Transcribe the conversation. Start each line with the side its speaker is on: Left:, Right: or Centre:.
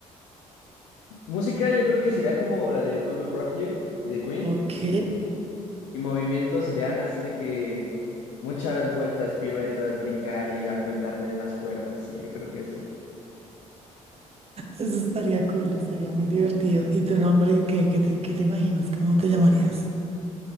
Left: Música yo creo que sería como la de We Will Rock You de Queen.
Right: ok.
Left: Y movimientos serían así de que muchas vueltas, piruetas, brincar y alventarme de las cuerdas. Y yo creo que así.
Right: Eso estaría cool, estaría muy divertido. ¿Y tu nombre? ¿Qué, qué te, qué te imaginas? ¿Cómo te llamarías?